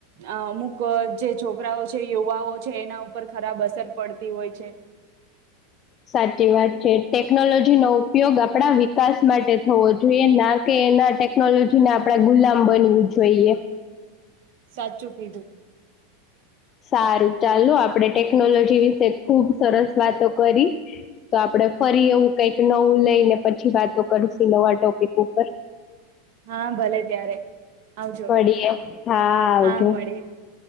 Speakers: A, on the right; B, on the left.
A: અ અમુક જે છોકરાઓ છે યુવાઓ છે એના ઉપર ખરાબ અસર પડતી હોય છે
B: સાચી વાત છે ટેકનોલોજી નો ઉપયોગ આપણા વિકાસ માટે થવો જોઈએ ના કે ના ટેકનોલોજીને આપણેે ગુલામ બનવું જોઈએ.
A: સાચું કીધું.
B: સારું ચાલો આપડે ટેકનોલોજી વિશે ખુબ સરસ વાતો કરી તો આપડ ફરી એવું કઈક નવું લઈને પછી વાતો કરશુ નવા ટોપિક ઉપર-
A: હા ભલે ત્યારે- આવજો
B: મળીએ હા આવજો
A: હા મળી